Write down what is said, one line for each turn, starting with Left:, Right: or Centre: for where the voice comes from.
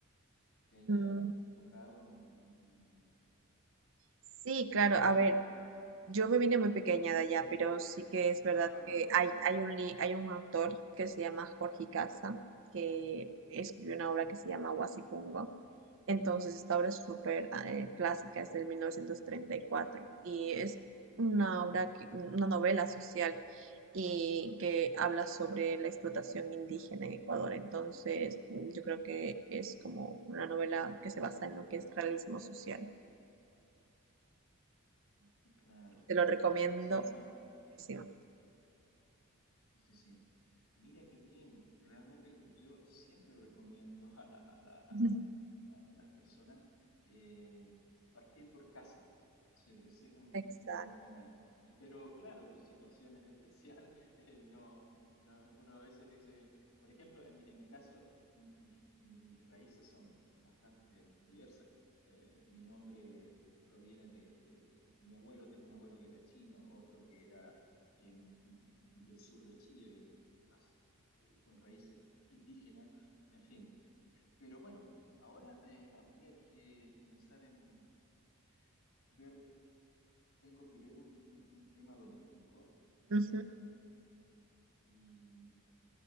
Left: que te haya
Right: Mm,
Left: tocado en, en- en-
Right: Sí, claro,
Left: ¿De
Right: a
Left: Ecuador?
Right: ver, yo me vine muy pequeña de allá, pero sí que es verdad
Left: Ah,
Right: que
Left: ya,
Right: hay, hay un, li- hay un autor que se llama Jorge Icaza, que escribió una obra que se llama Huasipungo. Entonces, esta obra es súper eh, clásica, es del 1934 y es una obra, que- una novela social y que habla sobre la explotación indígena en Ecuador. Entonces, yo creo que es como una novela que se basa en lo que es realismo social.
Left: claro.
Right: Te lo recomiendo.
Left: Sí, no.
Right: muchísimo.
Left: Sí, sí, sí. Mira qué bien. Realmente yo siempre recomiendo <laughs> a, la- a la- a
Right: Ujú.
Left: la- a- a las personas eh, partir por casa. Es decir, ese es un,
Right: Exacto.
Left: es un tema. Y, pero claro, tu situación es especial. <laughs> eh, no, no, uno a veces dice, por ejemplo, en, mi en mi caso, mi- mi- mi- mis raíces son bastante diversas. Eh, mi nombre proviene de, de mi abuelo, tengo un abuelo que era chino, otro que era... em, del sur de Chile, eh, con raíces indígenas, en fin. Pero bueno, ahora eh, habría que pensar en ver, tengo que ver un, un- un tema doméstico eh,
Right: Ujú.
Left: y